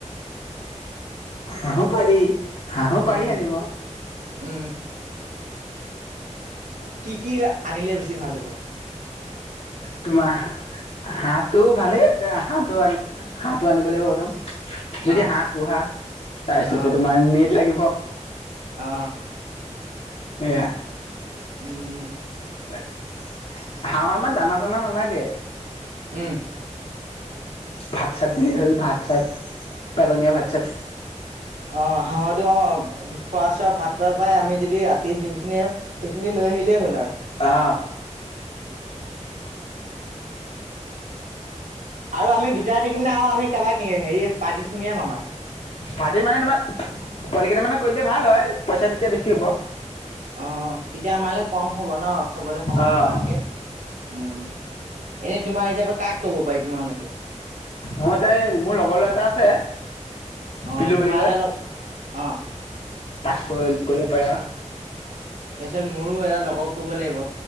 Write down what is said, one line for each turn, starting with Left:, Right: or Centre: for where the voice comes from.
Left: হাঁহো পাৰি, হাঁহো পাৰি
Right: উম
Left: আনিব।
Right: উম কি কি আনিলে বেছি ভাল হ'ব?
Left: তোমাৰ হাঁহটো ভালে আছে, হাঁহটো আনি হাঁহটো আনিব লাগিব প্ৰথম। যদি
Right: অ
Left: হাঁহ পোহা, তাৰপিছতে
Right: অ
Left: তোমাৰ নেট লাগিবক।
Right: অ।
Left: এয়া।
Right: উম।
Left: তাকে হাঁহ ইমান দানা চাননা নালাগ
Right: উম।
Left: ভাত চাত দিলেই হ'ল ভাত চাত পেলনীয়া ভাত চাত।
Right: অ হাঁহতো আও খোৱাচ চোৱা ভাত পাত পাই আমি যদি ৰাতি যোনখিনি সেইখিনি লৈ আহিলেই হ'ল আও।
Left: আ।
Right: আৰু আমি দুটাই থাকিম ন আৰু আমি কাৰোবাক হেৰি পাৰ্টিত সোমিয়াম আমাৰ।
Left: পাৰ্টি মানে তোমাৰ পোৱালি কেইটা মানক কৈ দিলে ভাল হয় পইচাটো তেতিয়া বেছি হ'ব।
Right: অ। তেতিয়া আমালে কম হ'ব ন। চবলে সমান
Left: অঁ
Right: সমানকে। উম। এনে তোমাৰ হিচাপে কাক ক'ব পাৰি তোমাৰ মতে?
Left: মুঠতে মোৰ লগৰ ল'ৰা এটা আছে
Right: অ
Left: বিল্লু
Right: তোমাৰ
Left: বুলি কয়।
Right: এটা লগ অ',
Left: তাক কৰিল কৰিব পাৰা।
Right: তাৰপিছত মোৰো এটা লগক কব লাগিব।